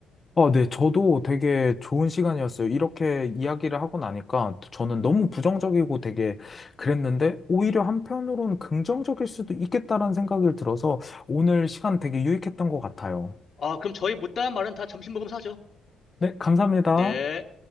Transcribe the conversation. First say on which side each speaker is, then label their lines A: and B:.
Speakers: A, on the left; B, on the left.
A: 아, 네, 저도 되게 좋은 시간이었어요. 이렇게 이야기를 하고 나니까 저는 너무 부정적이고 되게 그랬는데 오히려 한편으로는 긍정적일 수도 있겠다라는 생각이 들어서 오늘 시간 되게 유익했던 것 같아요.
B: 아, 그럼 저희 못다한 말은 다 점심 먹으면서 하죠.
A: 네, 감사합니다.
B: 네.